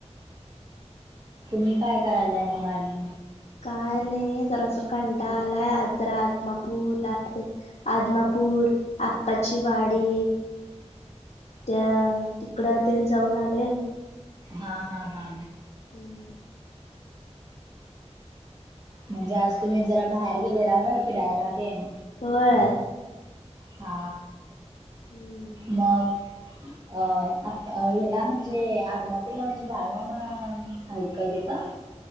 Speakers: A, on the right; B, on the left.
A: तुम्ही काय करायलाय मग आणि?
B: काय नाही जरा अस कंटाळ आलाय आदमापूरला आदमापूर, आप्पाची वाडी. त्या तिकड तेन जाऊन आले.
A: हा हा हा.
B: हम्म.
A: म्हणजे, आज तुम्ही जरा बाहेर गेलेला होय फिरायला तेन.
B: होय
A: हा
B: हम्म
A: मग? अ आता याला म्हणजे आदमापूरला म्हणजे बाळूमामा हाय काय तिथं?